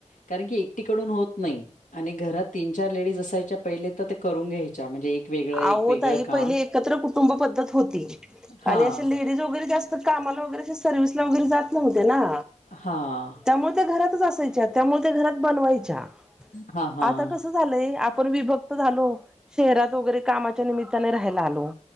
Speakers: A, on the left; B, in the centre.
A: कारण की एकटीकडून होत नाही. आणि घरात तीन चार लेडीज असायच्या पहिले तर ते करून घ्यायच्या म्हणजे- वेगळं, एक
B: आवो
A: वेगळं
B: ताई
A: काम
B: पहिले एकत्र कुटुंब पद्धत होती
A: हां.
B: आणि असे लेडीज वगैरे जास्त- कामाला वगैरेे सर्वि्हसला वगैरे जात नव्हते ना?
A: हां.
B: त्यामुळे त्या घरातच असायच्या. त्यामुळे त्या घरात बनवायच्या.
A: हां, हां.
B: आता कस? झालंय? आपण विभक्त झालो. शहरात वगैरे कामाच्या निमित्ताने राहायला आलो.